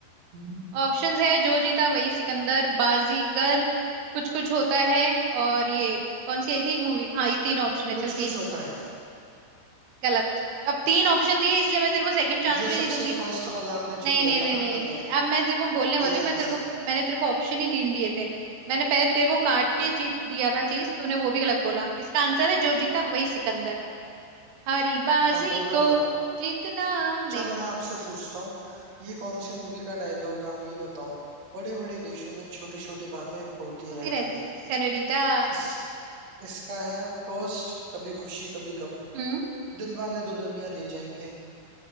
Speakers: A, on the right (about 50°); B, on the right (about 85°).
A: हम्म।
B: ऑप्शंस है जो जीता वही सिकंदर बाजीगर कुछ कुछ होता है और ये कौन सी आई थी एक मूवी हाँ ये तीन ऑप्शन है
A: कुछ
B: चल तीन
A: कुछ होता है
B: गलत अब तीन ऑप्शन दिए इसलिए मैं तेरे को सेकंड चांस
A: जो
B: भी
A: सबसे
B: नहीं दूंगी
A: फर्स्ट वाला आपने
B: नहीं
A: जो दिया
B: नहीं नहीं
A: था ना
B: नहीं
A: वही
B: नहीं
A: है
B: अब मैं तेरे को बोलने
A: वही
B: वाली हूँ मैं
A: आंसर
B: तेरे को
A: है
B: मैंने तेरे को ऑप्शन ही तीन दिए थे मैंने पहले तेरे को काट के ची- दिया था चीज तूने वो भी गलत बोला इसका आंसर है जो जीता वही सिकंदर हारी बाजी
A: मैं बोल रहा
B: को
A: था वो
B: जीतना नहीं
A: चलो मैं आपसे पूछता हूँ ये कौन सी मूवी का डायलॉग है आप ये बताओ बड़े बड़े देशों में छोटी छोटी बातें होती
B: होती
A: रहती
B: रहती
A: हैं
B: है सेनोरीटा
A: इस इसका है फर्स्ट कभी खुशी कभी गम
B: हम्म
A: दिल वाले दुल्हनिया ले जाएंगे